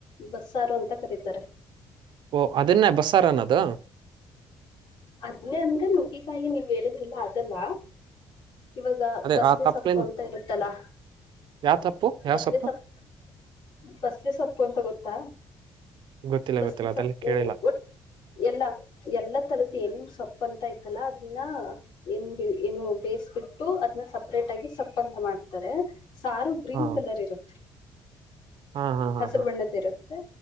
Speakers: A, on the left; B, on the right.
A: ಬಸ್ಸಾರು ಅಂತ ಕರೀತಾರೆ.
B: ಓ ಅದನ್ನೆ ಬಸ್ಸಾರು ಅನ್ನೋದು
A: ಅದ್ನೇ ಅಂದ್ರ ನಗ್ಗಿಕಾಯಿ ನೀವ್ ಹೇಳಿದ್ರಿಲ್ಲ ಅದಲ್ಲ. ಇವಾಗ
B: ಅದೇ
A: ಬಸ್ಲೆ
B: ಆ ತಪ್ಲಿನ್
A: ಸೊಪ್ಪು ಅಂತ ಇರುತ್ತಲಾ.
B: ಯಾವ ತಪ್ಪು ಯಾವ
A: ಬಸ್ಲೆ
B: ಸೊಪ್ಪು
A: ಸಪ್ಪ ಬಸ್ಲೆ ಸೊಪ್ಪು ಅಂತ ಗೊತ್ತಾ.
B: ಗೊತ್ತಿಲ್ಲ
A: ಬಸ್ಲಿ
B: ಗೊತ್ತಿಲ್ಲ ಅದೆಲ್ಲ
A: ಸೊಪ್ಪು
B: ಕೇಳಿಲ್ಲ
A: ಒಟ್ಟ ಎಲ್ಲ ಎಲ್ಲ. ತರದ ಏನೇನ್ ಸೊಪ್ಪ ಅಂತ ಇಐತಲ್ಲಾ ಅದನ್ನ ಏನ್ ಏನು ಬೇಯಿಸಬಿಟ್ಟು ಅದನ್ನ ಸಪ್ರೇಟ್. ತಗಿ ಸಪ್ಪ ಅಂತ ಮಾಡ್ತಾರೆ ಸಾರು ಗ್ರೀನ್
B: ಹಾ
A: ಕಲರ್ ಇರುತ್ತೆ.
B: ಹಾ ಹಾ ಹಾ
A: ಹಸರು
B: ಹಾ
A: ಬಣ್ಣದ ಇರುತ್ತೆ